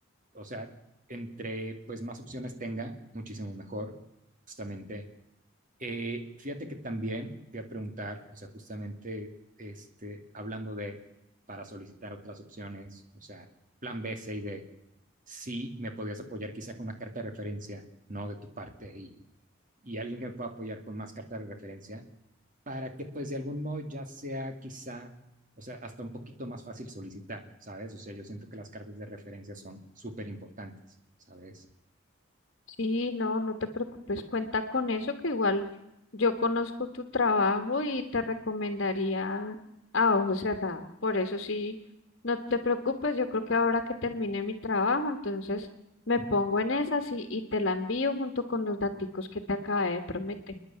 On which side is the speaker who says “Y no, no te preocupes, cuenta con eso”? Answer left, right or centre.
Left